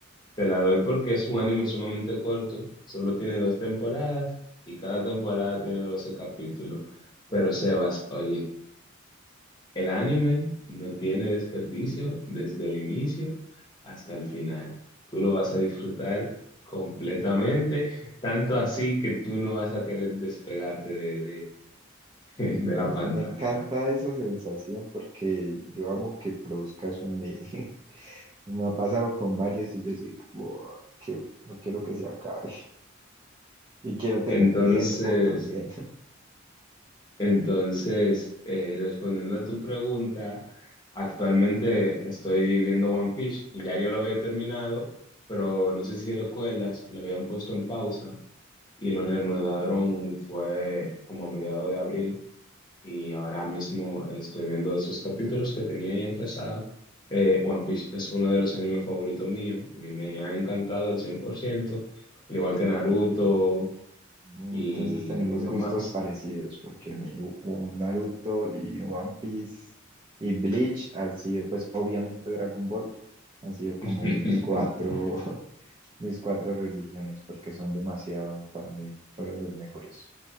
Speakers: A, on the left (about 20°); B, on the right (about 25°).
A: Te la doy porque es un anime sumamente corto, solo tiene dos temporadas y cada temporada tiene 12 capítulos. Pero Sebas, oye, el anime no tiene desperdicio desde el inicio hasta el final. Tú lo vas a disfrutar completamente, tanto así que tú no vas a querer despegarte de, de- <laughs> de
B: de
A: la
B: la,
A: pantalla.
B: me encanta esa sensación porque yo amo que produzca eso en mí. <laughs> Me ha pasado con varios y yo soy como, que no quiero que se acabe. y quiero tener
A: Entonces,
B: tiempo también. <laughs>
A: entonces eh, respondiendo a tu pregunta, actualmente estoy viendo One Piece y ya yo lo había terminado, pero no sé si recuerdas, lo habían puesto en pausa y lo reanudaron fue como a mediados de abril. y ahora mismo estoy viendo esos capítulos que tenía ahí atrasados. Eh, One Piece es uno de los animes favoritos míos, a mí me ha encantado el 100% al igual que Naruto
B: Mm,
A: y,
B: Entonces tenemos
A: y demás.
B: gustos parecidos porque mi un Naruto y One Piece y Bleach han sido, pues obviamente Dragon Ball, han sido como
A: <laughs>
B: mis cuatro, <laughs> mis cuatro religiones porque son demasiado, para mí fueron los mejores.